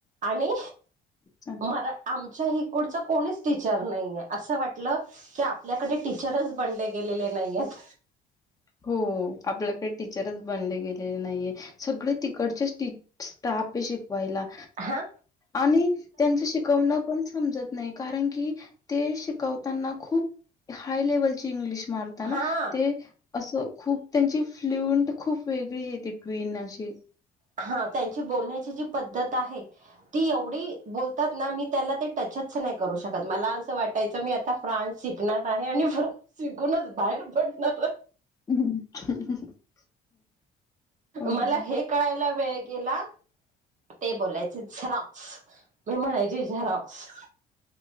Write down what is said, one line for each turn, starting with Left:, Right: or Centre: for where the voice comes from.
Right: आणि
Left: हां.
Right: मरा आम <unintelligible> पुडच कोणीच टीचर नाहीये अस वाटलं की आपल्याकडे टीचरच बनले गेलेले नाहीयेत
Left: हो. आपल्याकडे टीचरच बनले गेलेले नाहीये सगळे तिकडचेच टी <unintelligible> शिकवायला
Right: हा
Left: आणि त्यांच शिकवणं समजत नाही कारण की ते शिकवताना खूप हाय लेवलची इंग्लिश मरताना
Right: हा
Left: ना ते असं खूप त्यांची फ्ल्युंट खूप वेगळी येते, ट्वीन अशी
Right: हा त्यांची बोलण्याची जी पद्धत आहे ती एवढी बोलतात ना मी त्याला ते टचच नाही करू शकत, मला असं वाटायचं मी आता फ्रान्स शिकणार आहे आणि शिकूनच बाहेर पडणार
Left: <unintelligible> हो.
Right: मला हे कळायला वेळ केला ते बोलायचे झेरॉक्स मी म्हणायची झरॉक्स.